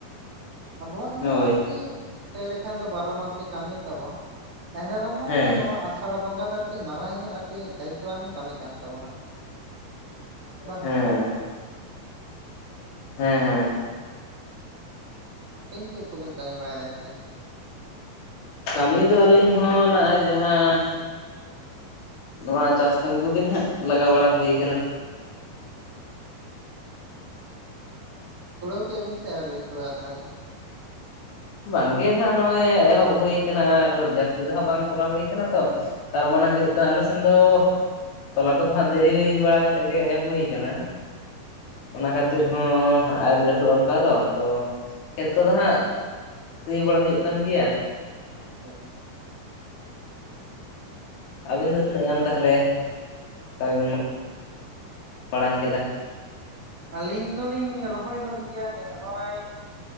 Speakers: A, on the right; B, on the left.
A: ᱟᱵᱚᱣᱟᱜ
B: ᱦᱳᱭ
A: ᱫᱚ ᱟᱨᱠᱤ ᱞᱟᱹᱭ ᱞᱮᱠᱷᱟᱱ ᱫᱚ ᱵᱟᱨᱚ ᱢᱟᱥ ᱜᱮ ᱠᱟᱹᱢᱤ ᱛᱟᱵᱚᱱ ᱮᱱᱨᱮᱦᱚᱸ
B: ᱦᱮᱸ
A: ᱱᱚᱣᱟ ᱟᱥᱟᱲ ᱵᱚᱸᱜᱟ ᱫᱚ ᱟᱨᱠᱤ ᱢᱟᱨᱟᱝ ᱧᱚᱜ ᱟᱨᱠᱤ ᱫᱟᱭᱤᱛᱛᱚ-ᱟᱱ ᱠᱟᱹᱢᱤ ᱠᱟᱱ ᱛᱟᱵᱚᱱᱟ ᱵᱟᱝ
B: ᱦᱮᱸ
A: ᱥᱮ
B: ᱦᱮᱸ
A: ᱦᱳᱭ
B: ᱦᱮᱸ
A: ᱟᱹᱵᱤᱱ ᱪᱮᱫ ᱠᱚᱵᱤᱱ ᱠᱟᱹᱢᱤ ᱵᱟᱲᱟᱭᱮᱫᱟ ᱮᱱᱛᱮ
B: ᱠᱟᱹᱢᱤ ᱫᱚ ᱟᱹᱞᱤᱧ ᱦᱚᱸ ᱱᱚᱜᱼᱚᱭ ᱡᱟᱦᱟᱸ ᱱᱚᱣᱟ ᱪᱟᱥ ᱠᱟᱹᱢᱤ ᱠᱚᱜᱮ ᱦᱟᱜ ᱞᱟᱜᱟᱣ ᱵᱟᱲᱟ ᱦᱩᱭ ᱟᱠᱟᱱᱟ
A: ᱟᱪᱪᱷᱟ ᱟᱪᱪᱷᱟ ᱯᱩᱲᱟᱹᱣ ᱠᱮ-ᱟ ᱵᱤᱱ ᱥᱮ ᱟᱹᱣᱨᱤᱵᱤᱱ ᱯᱩᱲᱟᱹᱣᱟ ᱛᱟᱦᱚᱞᱮ
B: ᱵᱟᱝᱜᱮ ᱦᱟᱸᱜ ᱱᱚᱜᱼᱚᱭ ᱮᱦᱚᱵ ᱦᱩᱭ ᱟᱠᱟᱱᱟ ᱟᱨ ᱡᱟᱹᱥᱛᱤ ᱫᱚ ᱦᱟᱸᱜ ᱵᱟᱝ ᱠᱚᱨᱟᱣ ᱦᱩᱭ ᱠᱟᱱᱟ ᱛᱚ ᱛᱟᱨ ᱢᱟᱱᱮ ᱦᱩᱭᱩᱜ ᱠᱟᱱᱟ ᱟᱞᱮ ᱥᱮᱱ ᱫᱚ ᱛᱚᱞᱟ ᱠᱚᱫᱚ ᱦᱟᱸᱜ ᱫᱮᱨᱤ ᱵᱟᱲᱟ ᱠᱟᱛᱮᱜ ᱜᱮ ᱮᱢ ᱦᱩᱭ ᱟᱠᱟᱱᱟ
A: ᱟᱪᱪᱷᱟ
B: ᱚᱱᱟ ᱠᱷᱟᱹᱛᱤᱨ ᱦᱚᱸ ᱟᱨ ᱞᱟᱹᱴᱩᱜᱼᱟ ᱚᱱᱠᱟᱫᱚ ᱛᱚ ᱠᱷᱮᱛ ᱠᱚᱫᱚ ᱦᱟᱸᱜ ᱥᱤᱭᱟᱹᱵᱟᱲᱟ ᱦᱩᱭᱩᱜ ᱠᱟᱱ ᱜᱮᱭᱟ
A: ᱟᱪᱷᱟ ᱟᱪᱷᱟ
B: ᱟᱵᱤᱱ ᱫᱚ ᱛᱤᱱᱟᱹᱜ ᱜᱟᱱ ᱛᱟᱦᱚᱞᱮ ᱠᱟᱹᱢᱤ ᱵᱤᱱ ᱢᱟᱲᱟᱝ ᱠᱮᱫᱟ
A: ᱟᱹᱞᱤᱧ ᱫᱚᱞᱤᱧ ᱨᱚᱦᱚᱭ ᱜᱚᱫ ᱜᱮᱭᱟ <inaudible> ᱱᱚᱜᱼᱚᱭ